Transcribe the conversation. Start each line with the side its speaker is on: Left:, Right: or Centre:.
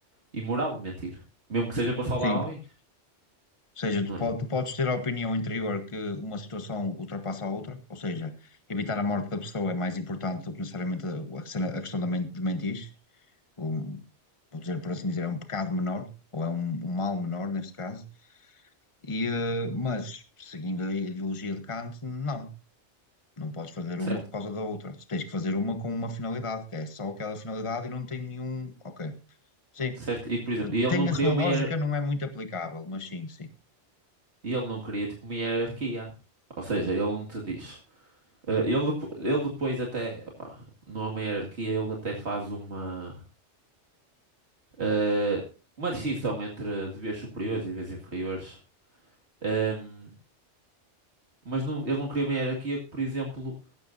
Right: imoral mentir, mesmo que seja para salvar
Left: sim.
Right: alguém,
Left: Ou seja, tu,
Right: não
Left: po-
Right: é?
Left: tu podes ter a opinião interior que uma situação ultrapassa a outra, ou seja, evitar a morte da pessoa é mais importante do que necessariamente a, a cena- a questão da men- de mentir. Um, vou dizer, por assim dizer, é um pecado menor, ou é um, um mal menor neste caso. E, eh, mas, seguindo a ideologia de Kant, não. Não podes fazer uma
Right: Certo?
Left: por causa da outra. Tens que fazer uma com uma finalidade, que é só aquela finalidade e não tem nenhum. Ok. Sim.
Right: Certo? E por exemplo, e ele
Left: Tem
Right: não
Left: a
Right: queria
Left: sua
Right: uma
Left: lógica,
Right: hier...
Left: não é muito aplicável, mas sim, sim.
Right: e ele não queria tipo uma hierarquia. Ou seja, ele não te diz. Eh, ele, depo- ele depois até, opá, não há uma hierarquia, ele até faz uma eh, uma distinção entre deveres superiores e deveres inferiores. Ehm, mas não- ele não criou uma hierarquia que, por exemplo,